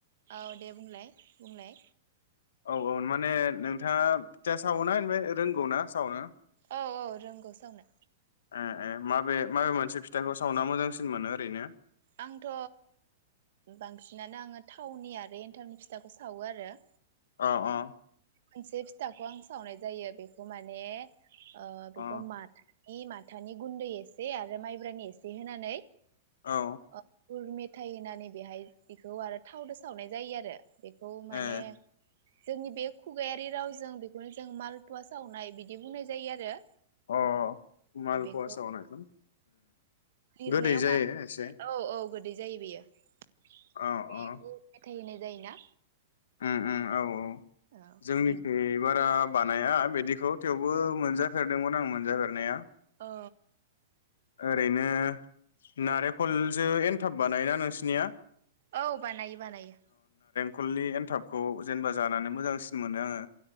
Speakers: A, on the right; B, on the left.
A: औ दे बुंलाय। बुंलाय
B: औ औ माने नोंथाङा फिथा सावना ओमफ्राय रोंगौ ना सावनो
A: औ औ रोंगौ सावनो
B: ए ए माबे माबे मोनसे फिथाखौ सावना मोजांसिन मोनो ओरैनो,
A: आंथ बांसिनानो आंङो थावनि आरो एन्थावनि फिथाखौ सावो आरो।
B: अ अ
A: मोनसे फिथाखौ आं सावनाय जायो बेखौ माने ओ बेखौ
B: अ
A: माथ नि माथानि गुन्दै एसे आरो माइब्रानि एसे होनानै
B: औ
A: ओ गुर मेथाइ होनानै बेहाय बिखौ आरो थावदो सावनाय जायो आरो बे खौ माने
B: ए
A: जोंनि बे खुगायारि रावजों बेखौनो जों मालपुवा सावनाय बिदि बुंनाय जायो आरो।
B: अ मालपुवा
A: बेखौ
B: सावनाय उम
A: लिरनायाव
B: गोदै जायो
A: मा
B: एसे।
A: औ औ गोदै जायो बेयो। बे
B: अ
A: गुर
B: अ
A: मेथाय होनो जायोना?
B: उम उम औ औ।
A: औ
B: जोंनिखै
A: बि
B: बारा बानाया बिदिखौ थेवबो मोनजाफेरदोंमोन आं मोनजाफेरनाया
A: ओ
B: ओरैनो नारेखलजो एनथाब बानायो ना नोंसिनिया?
A: औ बानायो बानायो
B: खलनि एन्थाबखौ जेनेबा जानानै मोजांसिन मोनो आङो।